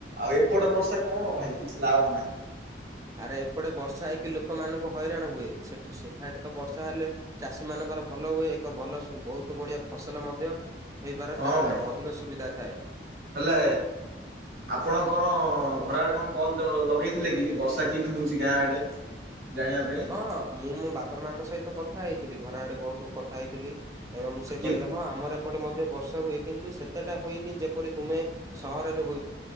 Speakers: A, on the right (about 55°); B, on the right (about 15°).
A: ଆଉ ଏପଟେ ବର୍ଷା କଣ ଭାଇ କିଛି ଲାଭ ନାହିଁ।
B: ଆରେ ଏପଟେ ବର୍ଷା ହେଇକି ଲୋକମାନଙ୍କୁ ହଇରାଣ ହୁଏ ସେଠ ସେଠାରେ ଟ ତ ବର୍ଷା ହେଲେ ଚାଷୀ ମାନଙ୍କର ଭଲ ହୁଏ ଏକ ଭଲ ବହୁତ ବଢିଆ ଫସଲ ମଧ୍ୟ। ହେଇବାର
A: ହଁ
B: ଚା
A: ଭାଇ
B: ଅଧିକ ସୁବିଧା ଥାଏ।
A: ହେଲେ। ଆପଣ କଣ ଘର ଆଡେ କଣ କଲ ଲଗେଇଥିଲେ କି ବର୍ଷା କିନ୍ ହଉଛି ଗାଁ ଆଡେ। ଜାଣିବା ପାଇଁ।
B: ହଁ ମୁଁ ମୋ ବାପା ମାଙ୍କ ସହିତ କଥା ହେଇଥିଲି ଘର ଆଡେ ବହୁତ କଥା ହେଇଥିଲି। ଏବଂ ସେ
A: କି
B: କହିଲେ ହଁ ଆମର ପଟେ ମଧ୍ୟ ବର୍ଷା ହୁଏ କିନ୍ତୁ ସେତେଟା ହୋଇନି ଯେପରି ତୁମେ ସହରରେ ହୋ